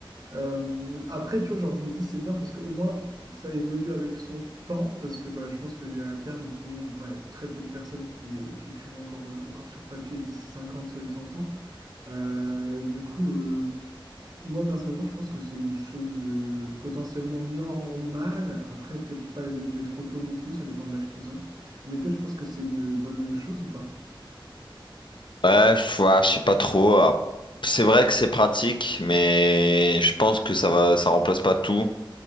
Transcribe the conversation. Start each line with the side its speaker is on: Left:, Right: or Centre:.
Right: Euh, après, tu vois, genre, je me dis, c'est bien parce qu'au moins, ça évolue avec son temps. Parce que bah, je pense qu'à terme, tout le monde, enfin, il y a très peu de personnes qui, euh, qui écrivont encore, euh, encore sur papier d'ici cinquante euh, 100 ans. Euh, du coup, euh, moi personnellement, je pense que c'est une chose euh, potentiellement normale. Après, peut-être pas les habituer trop tôt non plus, ça dépend de l'âge qu'ils ont. Mais toi, tu penses que c'est une bonne chose ou pas?
Left: Ouais, je ouais, je sais pas trop. Ah, C'est vrai que c'est pratique, mais je pense que ça va, ça remplace pas tout.